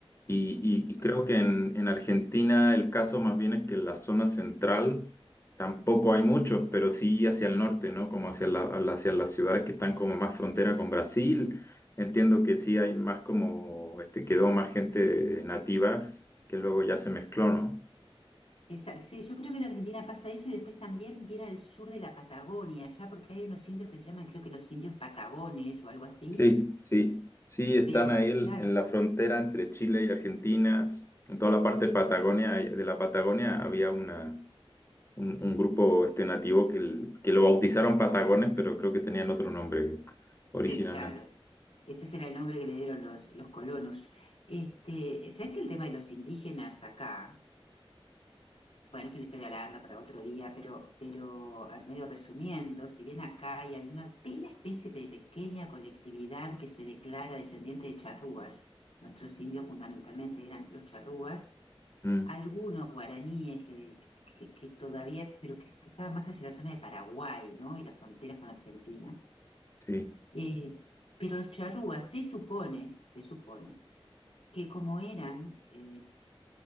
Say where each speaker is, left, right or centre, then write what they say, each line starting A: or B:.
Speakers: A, on the left (about 25°); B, on the left (about 75°).
A: Y,
B: Es
A: y- y creo que en, en Argentina el caso más bien es que en la zona central tampoco hay muchos, pero sí hacia el norte, ¿no? Como hacia la- a la- hacia las ciudades que están como más frontera con Brasil. Entiendo que sí hay más como, este, quedó más gente nativa que luego ya se mezcló, ¿no?
B: Esa- sí, yo creo que en Argentina pasa eso y después también viene al sur de la Patagonia, allá porque hay unos indios que se llaman, creo que los indios patagones o algo así,
A: Sí, sí, sí, están
B: pero
A: ahí el-
B: claro,
A: en la frontera entre Chile y Argentina, en toda la parte Patagonia, eh, de la Patagonia había una, un, un grupo este nativo que, el- que lo bautizaron Patagones, pero creo que tenían otro nombre originalmente.
B: te- claro, es- ese será el nombre que le dieron los, los colonos. Este, ¿sabes que el tema de los indígenas acá? Bueno, es una historia larga para otro día, pero, pero al medio resumiendo, si bien acá hay una pequeña especie de pequeña colectividad que se declara descendiente de charrúas, nuestros indios fundamentalmente eran los charrúas,
A: Mm,
B: algunos guaraníes que, que, que todavía, pero que, que estaban más hacia la zona de Paraguay, ¿no? Y las fronteras con Argentina.
A: sí,
B: Eh, pero los charrúas se supone, se supone, que como eran eh,